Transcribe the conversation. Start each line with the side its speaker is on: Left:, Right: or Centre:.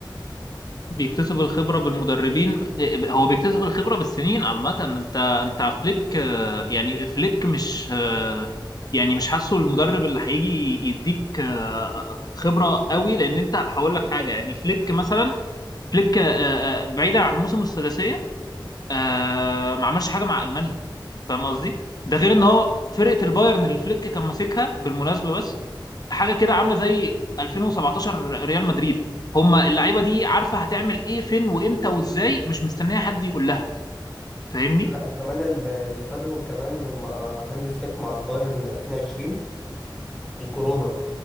Left: بيكتسب الخبرة بالمدربين هو بيكتسب الخبرة بالسنين عامة انت انت فليك آه، يعني فليك مش آه، يعني مش حاسه المدرب اللي هيجي يديك آه، خبرة قوي لان انت هقول لك حاجة يعني فليك مثلا فليك آه، آه، بعيدا عن موسم الثلاثية آه ما عملش حاجه مع المانيا فاهم قصدي ده غير ان هو فرقه البايرن اللي فليك كان ماسكها بالمناسبه بس حاجه كده عامله زي 2017 ريال مدريد هما اللعيبه دي عارفه هتعمل ايه فين وامتى وازاي مش مستنيه حد يقول لها فاهمني
Centre: لا وكمان ال- اللي فادهم كمان مع هانز فليك مع البايرن 2020 الكورونا